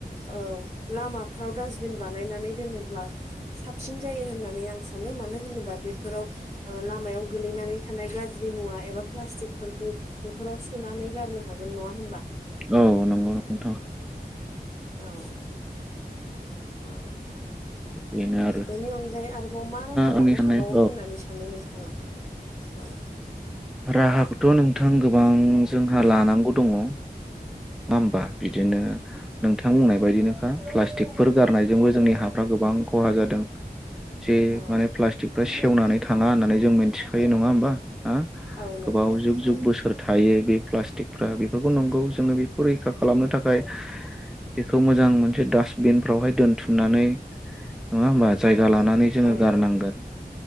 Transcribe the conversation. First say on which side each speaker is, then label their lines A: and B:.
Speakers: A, on the left (about 45°); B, in the centre.
A: ओ लामाफ्राव। डासबिन बानायनानै दोनोब्ला साबसिन जायो होननानै आं सानो मानो होनो बेफोराव लामायाव गोलैना थानाय गाज्रि मुवा एबा प्लासटिक बेफोरखौ बेफोराव सोनानै गारनो हागोन नङा होमबा?
B: औ नंगौ नंगौथ'।
A: औ औ
B: बेनो आरो
A: बेनि अनगायै आरोबाव मा राहा लानो
B: आंनि साननाय
A: हाबावो
B: औ
A: होननानै सानो नोंथाङा? औ
B: राहाखौथ' नोंथां गोबां जोंहा लानांगौ दङ। नङा होमबा बिदिनो
A: औ
B: नोंथां बुंनाय बायदिनोखा प्लास्टिकफोर गारनायजोंबो
A: औ
B: जोंनि हाफ्रा गोबां। खहा जादों जे
A: औ
B: माने प्लासटिकफोरा सेेवनानै थाङा होननानै जों मिथिखायो नङा होमबा ना
A: औ नंगौ
B: गोबाव जुग
A: औ
B: जुग बोसोर थायो बे प्लास्टिकफ्रा बेफोरखौ नंगौ जोङो बेखौ रैखा खालामनो थाखाय बेखौ मोजां मोनसे डासटबिन फ्रावहाय दोनथुमनानै नङा होमबा जाय लानानै जों
A: औ
B: गारनांगोन
A: औ